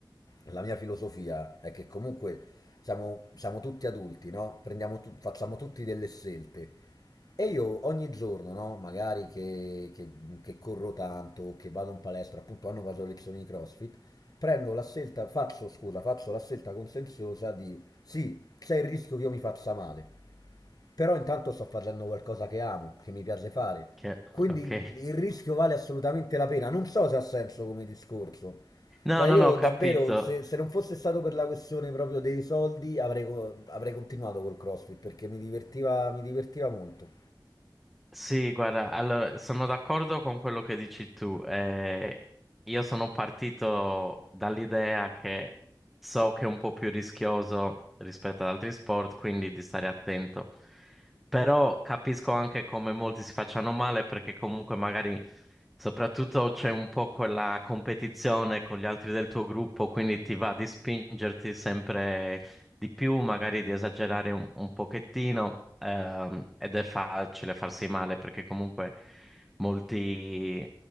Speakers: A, on the left; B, in the centre.
A: la mia filosofia è che comunque siamo, siamo tutti adulti, no? Prendiamo tu- facciamo tutti delle scelte e io ogni giorno, no, magari che, che- che corro tanto, o che vado in palestra, appunto hanno vaso lezioni di CrossFit, prendo la scelta, faccio, scusa, faccio la scelta consenziosa di sì, c'è il rischio che io mi faccia male, però intanto sto facendo qualcosa che amo, che mi piace fare,
B: che-
A: quindi
B: ok.
A: il rischio vale assolutamente la pena. Non so se ha senso come discorso.
B: No,
A: Cioè
B: no,
A: io
B: no, ho capito.
A: davvero, se, se non fosse stato per la questione proprio dei soldi, avrei, co- avrei continuato col CrossFit perché mi divertiva mi divertiva molto.
B: Sì, guarda, allora sono d'accordo con quello che dici tu. eh, io sono partito dall'idea che so che è un po' più rischioso rispetto ad altri sport, quindi di stare attento. Però capisco anche come molti si facciano male perché comunque magari soprattutto c'è un po' quella competizione con gli altri del tuo gruppo, quindi ti va di spingerti sempre di più, magari di esagerare un, un pochettino, ehm, ed è facile farsi male perché comunque molti,